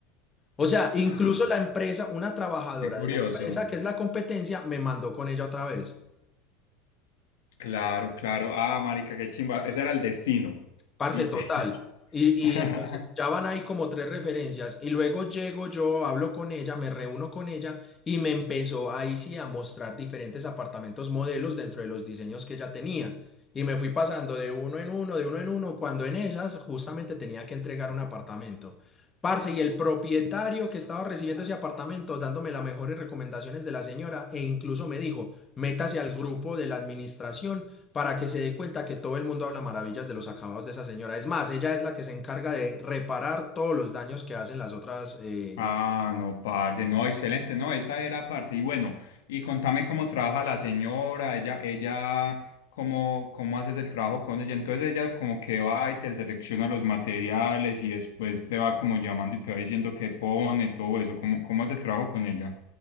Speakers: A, on the left; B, on the left.
A: O sea, incluso
B: Ah,
A: la empresa, una trabajadora
B: qué curioso.
A: de la empresa que es la competencia, me mandó con ella otra vez.
B: Claro, claro. Ah, marica, qué chimba. Ese era el destino.
A: Parce,
B: Literal.
A: total. Y,
B: <laughs>
A: y entonces ya van ahí como tres referencias y luego llego yo, hablo con ella, me reúno con ella y me empezó ahí sí a mostrar diferentes apartamentos modelos dentro de los diseños que ella tenía. Y me fui pasando de uno en uno, de uno en uno, cuando en esas justamente tenía que entregar un apartamento. Parce, y el propietario que estaba recibiendo ese apartamento, dándome las mejores recomendaciones de la señora, e incluso me dijo, métase al grupo de la administración para que se dé cuenta que todo el mundo habla maravillas de los acabados de esa señora. Es más, ella es la que se encarga de reparar todos los daños que hacen las otras eh,
B: Ah, no, parce, no, excelente, no, esa era, parce. Y bueno, y contame cómo trabaja la señora, ella, ella, cómo, cómo haces el trabajo con ella. Entonces ella como que va y te selecciona los materiales y después te va como llamando y te va diciendo qué pone, todo eso. ¿Cómo, cómo es el trabajo con ella?